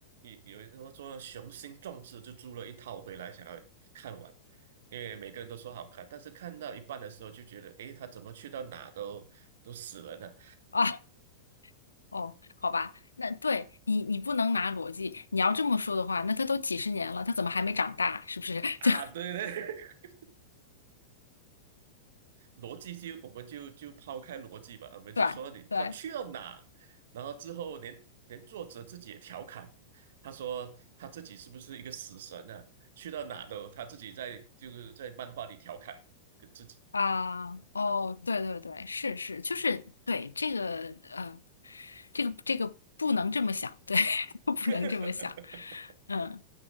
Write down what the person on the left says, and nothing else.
啊，哦，好吧，那对你你不能拿逻辑，你要这么说的话，那他都几十年了，他怎么还没长大？是不是？<laughs>
就
对对。
啊，哦，对对对，是是，就是对这个呃，这个这个不能这么想，对，<laughs> 不能这么想，
嗯，